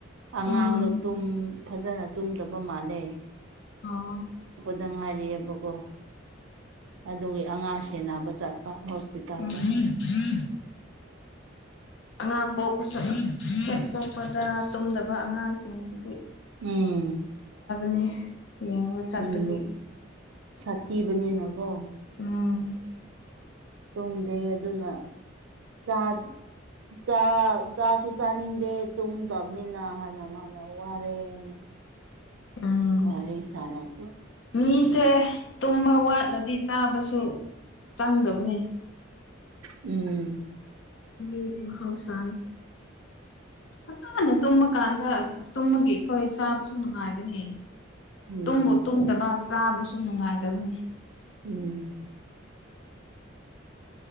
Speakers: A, on the right; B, on the left.
A: ꯑꯉꯥꯡꯗꯣ
B: ꯎꯝ
A: ꯇꯨꯝ ꯐꯖꯅ ꯇꯨꯝꯗꯕ ꯃꯥꯥꯟꯅꯩ
B: ꯑꯥ
A: ꯗ ꯉꯥꯏꯔꯤꯑꯦꯕꯀꯣ ꯑꯗꯨꯒꯤ ꯑꯉꯥꯡ ꯁꯦꯟꯅꯕ ꯆꯠꯄ ꯍꯣꯁꯄꯤꯇꯥꯜꯗ
B: ꯝꯝ ꯑꯉꯥꯡ ꯄꯣꯛꯄ ꯍꯦꯛ ꯄꯣꯛꯄꯗ ꯇꯨꯝꯗꯕ ꯑꯉꯥꯡꯁꯤꯡꯁꯤꯗꯤ
A: ꯎꯝ꯫
B: ꯅꯦ ꯌꯦꯡꯉꯕ ꯆꯠꯄꯗꯤ
A: ꯎꯝ ꯁꯥꯊꯤꯕꯅꯤꯅꯀꯣ꯫
B: ꯎꯝ
A: ꯇꯨꯝꯗꯦ ꯑꯗꯨꯅ ꯆꯥ꯫ ꯥ ꯆꯥ ꯆꯥꯁꯨ ꯆꯥꯅꯤꯡꯗꯦ ꯇꯨꯝꯗꯕꯅꯤꯅ ꯍꯥꯏꯅ ꯃꯥꯅ ꯋꯥꯔꯦꯅ꯫
B: ꯎꯝ
A: ꯋꯥꯔꯤꯔꯦ ꯁꯔꯥ ꯀ
B: ꯃꯤꯁꯦ ꯇꯨꯝꯕ ꯋꯥꯠꯂꯗꯤ ꯆꯥꯕꯁꯨ ꯆꯪꯗꯕꯅꯦ꯫
A: ꯎꯝ꯫
B: ꯃꯤꯒꯤ ꯃꯍꯧꯁꯥꯅꯤ꯫ ꯐꯖꯅ ꯇꯨꯝꯃꯀꯥꯟꯗ ꯇꯨꯝꯃꯒꯤ ꯑꯩꯈꯣꯏ ꯆꯥꯕꯁꯨ ꯅꯨꯡꯉꯥꯏꯒꯅꯤ꯫
A: ꯎꯝ
B: ꯇꯨꯝꯕ ꯇꯨꯝꯗꯕ ꯆꯥꯕꯁꯨ ꯅꯨꯡꯉꯥꯏꯗꯕꯅꯤ꯫
A: ꯎꯝ꯫